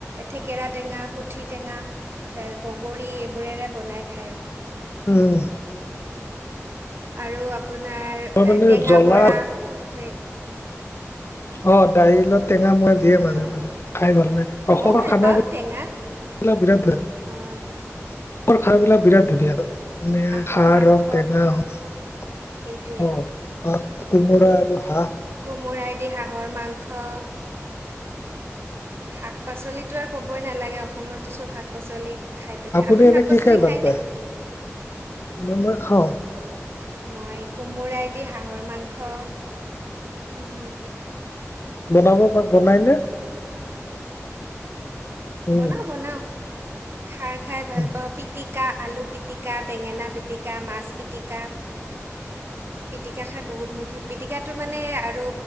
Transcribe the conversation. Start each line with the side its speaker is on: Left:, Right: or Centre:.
Right: থেকেৰাত। টেঙা সুঠি টেঙা, ত বগৰী এইবোৰেৰে বনাই খায়।
Left: উম।
Right: আৰু আপোনাৰ
Left: মই মানে
Right: টেঙামৰা
Left: জ্বলা
Right: সেই।
Left: অ দাইলত টেঙা মৰাাই দিয়ে মাজে
Right: আহ,
Left: মাজে, খাই ভাল লাগে অসমৰ
Right: ময়ো ভাল
Left: খানা
Right: পাওঁ
Left: বিলাক।
Right: টেঙা
Left: বিৰাট ধুন
Right: আহ,
Left: খাইাবিলাক বিৰাট ধুনীয়া। মানে
Right: হাঁহৰ
Left: খাৰ
Right: মাংস
Left: হওক টেঙা হওক
Right: সেইটোৱে
Left: অ। কোমোৰা আৰু হাঁহ।
Right: কোমোৰাইদি হাঁহৰ মাংস। শাক পাচলি আৰু কবই নালাগে অসমতো চব শাক পাচলি। খাই পিনে
Left: আপুনি এনে
Right: শাক পাচলি
Left: কি খাই ভাল
Right: খায়নে
Left: পায়ই খাও।
Right: মই কোমোৰাইদি হাঁহৰ মাংস। উম হম।
Left: বনাব প বনাই নে? উম
Right: বনাওঁ বনাওঁ। খাৰ খাই ভাল
Left: উম
Right: পাওঁ পিটিক। আলু পিটিকা, বেঙেনা পিটিকা, মাছ পিটিকা।
Left: উ <inaudible>
Right: পিটিকা খাই বহুত মোৰে পিটকাটো মানে আৰু